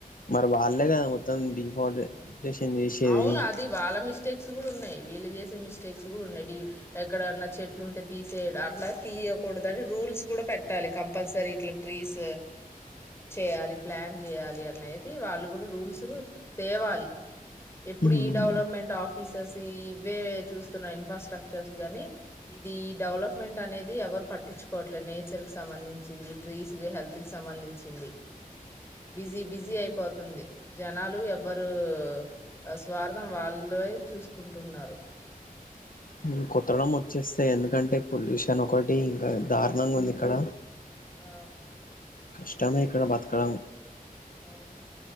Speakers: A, on the left; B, on the left.
A: మరి వాళ్లే కదా మొత్తం డిఫాల్ట్ డేషన్ చేసేది
B: అవును అది వాళ్ళ మి మిస్టేక్స్ కూడా ఉన్నాయి వీళ్ళ చేసే మిస్టేక్స్ కూడా ఉన్నాయి ఎక్కడన్న చెట్లు ఉంటే తీసే అట్లా తీస తియకూడదు అని రూల్స్ కూడా పెట్టాలి కంపల్సరీ ఇట్లా ట్రీస్ చేయాలి ప్లాన్ చేయాలి అనేది వాళ్ళు కూడా రూల్స్ తేవాలి ఎప్పుడు
A: ఉమ్,
B: ఈ డెవలప్మెంట్ ఆఫీసర్స్ ఇవే చూస్తున్నా ఇన్ఫ్రాస్ట్రక్చర్స్ గానీ ఇది ది డెవలప్మెంట్ అనేది ఎవరు పట్టించుకోవట్లేదు నేచర్ కి సంబంధించింది ట్రీస్ కి హెల్త్ కి సంబం ధించింది బిజీ బిజీ అయిపోతుంది జనాలు ఎవ్వరు ఆ స్వార్థం వాళ్ళే చూసుకుంటున్నారు
A: హ్మ్ కోతడం వచ్చేస్తే ఎందుకంటే పొల్యూషన్ ఒకటి ఇంకా దారుణంగా ఉంది ఇక్కడ
B: ఆ
A: కష్టమే ఇక్కడ బతకడం
B: అవును